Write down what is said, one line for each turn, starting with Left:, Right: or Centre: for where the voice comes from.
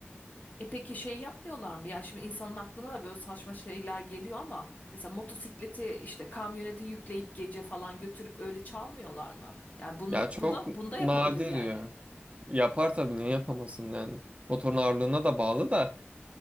Left: E peki şey yapmıyorlar mı? Ya şimdi insanın aklına da böyle saçma şeyler geliyor ama mesela motosikleti işte kamyonete yükleyip gece falan götürüp öyle çalmıyorlar mı? Yani bunu
Right: Ya çok
Left: bu da bunda yapabilir
Right: nadir
Left: yani.
Right: ya. Yapar tabii niye yapamasın yani. Motorun ağırlığına da bağlı da